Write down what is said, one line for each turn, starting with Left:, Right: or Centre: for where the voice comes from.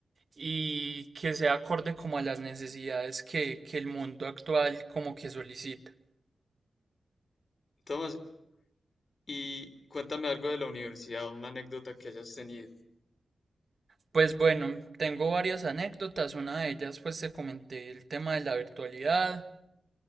Right: y que sea acorde como a las necesidades que, que el mundo actual como que solicita.
Left: Tomás, y cuéntame algo de la universidad, una anécdota que hayas tenido.
Right: Pues bueno, tengo varias anécdotas, una de ellas pues te comenté el tema de la virtualidad,